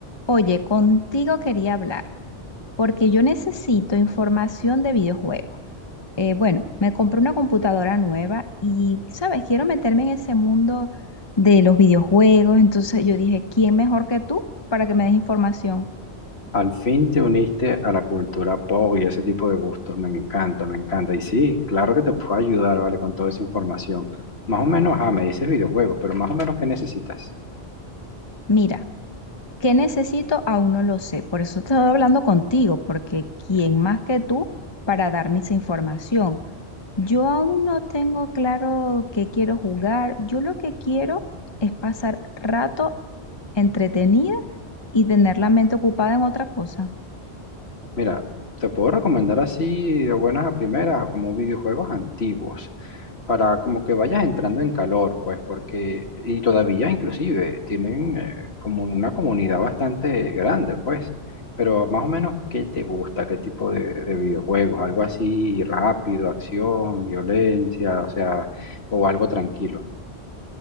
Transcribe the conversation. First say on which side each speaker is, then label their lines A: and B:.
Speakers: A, on the left; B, on the left.
A: Oye, contigo quería hablar, porque yo necesito información de videojuegos. Eh, bueno, me compré una computadora nueva y, ¿sabes? Quiero meterme en ese mundo de los videojuegos, entonces yo dije, ¿quién mejor que tú para que me des información?
B: Al fin te uniste a la cultura pop y ese tipo de gustos. Me encanta, me encanta. Y sí, claro que te puedo ayudar, ¿vale? Con toda esa información. Más o menos, ah, me dices videojuegos, pero más o menos, ¿qué necesitas?
A: Mira, ¿qué necesito? Aún no lo sé, por eso estoy hablando contigo, porque ¿quién más que tú para darme esa información? Yo aún no tengo claro qué quiero jugar. Yo lo que quiero es pasar rato entretenida y tener la mente ocupada en otra cosa.
B: Mira, te puedo recomendar así de buenas a primeras como videojuegos antiguos, para como que vayas entrando en calor, pues, porque, y todavía inclusive tienen eh, como una comunidad bastante grande, pues, pero más o menos, ¿qué te gusta? ¿Qué tipo de, de videojuegos? ¿Algo así rápido, acción, violencia, o sea, o algo tranquilo?